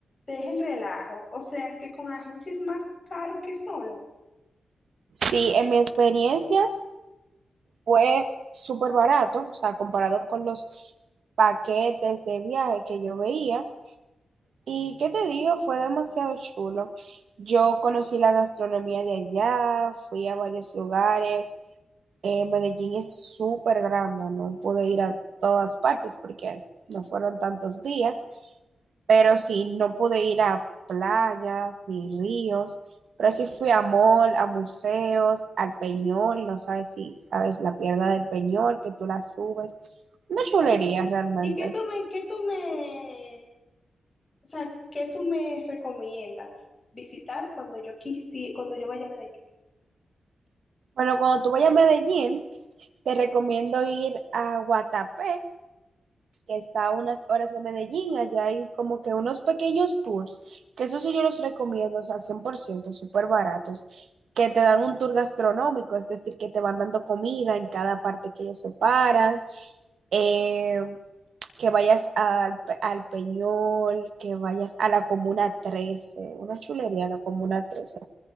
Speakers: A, on the left (about 35°); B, on the right (about 85°).
A: Deja el relajo, o sea que con agencia es más caro que solo.
B: Sí, en mi experiencia fue súper barato, o sea, comparado con los paquetes de viaje que yo veía. Y qué te digo, fue demasiado chulo. Yo conocí la gastronomía de allá, fui a varios lugares. eh, Medellín es súper grande, no pude ir a todas partes porque no fueron tantos días, pero sí, no pude ir a playas ni ríos, pero sí fui a mall, a museos, al Peñol, no sabes si sabes la pierna del Peñol, que tú la subes, una chulería realmente.
A: ¿Y qué tú me, qué tú me, O sea, ¿qué tú me recomiendas visitar cuando yo quisi- cuando yo vaya a Medellín?
B: Bueno, cuando tú vayas a Medellín, te recomiendo ir a Guatapé, que está a unas horas de Medellín, allá hay como que unos pequeños tours, que eso sí yo los recomiendo, o sea, 100% súper baratos, que te dan un tour gastronómico, es decir, que te van dando comida en cada parte que ellos separan, eh, que vayas al, Pe- al Peñol, que vayas a la Comuna 13, una chulería la Comuna 13,